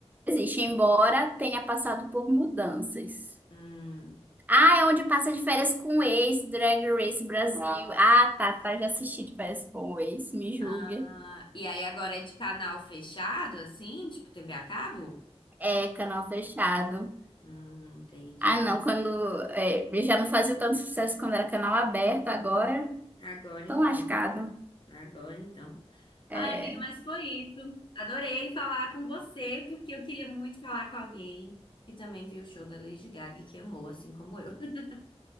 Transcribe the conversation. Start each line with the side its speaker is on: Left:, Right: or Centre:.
Right: existe, embora tenha passado por mudanças.
Left: Hum,
Right: Ah, é onde passa de férias com o ex, Drag Race Brasil. Ah, Ah, tá, tá. Já assisti de férias com o ex, me julgue.
Left: ah, e aí agora é de canal fechado, assim? Tipo TV a cabo?
Right: É, canal fechado.
Left: Hum, entendi.
Right: Ah, não, quando. É, ele já não fazia tanto sucesso quando era canal aberto, agora
Left: Agora
Right: tão
Left: então.
Right: lascado.
Left: Agora então.
Right: É,
Left: Ai, amiga, mas foi isso. Adorei falar com você, porque eu queria muito falar com alguém que também viu o show da Lady Gaga e que amou, assim como eu. <laughs>